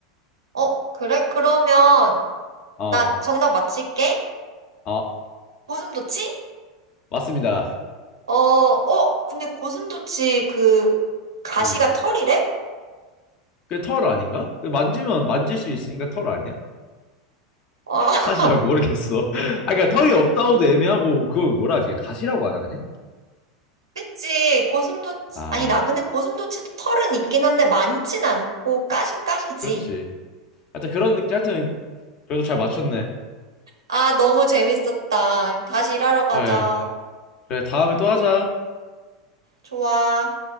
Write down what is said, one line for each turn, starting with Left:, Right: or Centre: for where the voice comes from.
Right: 어, 그래? 그러면
Left: 아,
Right: 나 정답 맞힐게.
Left: 아
Right: 고슴도치?
Left: 맞습니다.
Right: 어, 어, 근데 고슴도치 그 가시가
Left: 음,
Right: 털이래?
Left: 그게 털 아닌가? 그 만지면 만질 수 있으니까 털 아니야?
Right: 어, <laughs>
Left: 사실 잘 모르겠어. <laughs> 아, 그러니까 털이 없다고도 애매하고 그걸 뭐라 하지? 가시라고 하나 그냥?
Right: 그치. 고슴도치,
Left: 아,
Right: 아니 나 근데 고슴도치도 털은 있긴 한데 많진 않고 까신 까시지.
Left: 그렇지. 하여튼 그런 느낌. 하여튼 그래도 잘 맞췄네.
Right: 아, 너무 재밌었다. 다시 일하러 가자.
Left: 예. 그래 다음에 또 하자.
Right: 좋아.